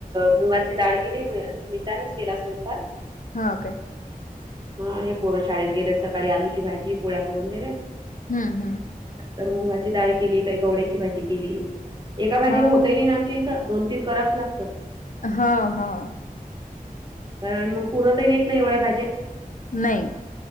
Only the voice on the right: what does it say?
मुंगाची डाळ केली नीता नच केला स्वयंपाक.
हा हे पोरं शाळेत गेले सकाळी आलूची भाजी पोळ्या करून दिल्या.
तर मुगाची डाळ केली काय कवळ्याची भाजी केलि. एका भाजीन
होतइ नई ना की इथं दोन तीन कराच लागतं.
कारण मग, पुरतही नईत ना एवढ्या भाज्या.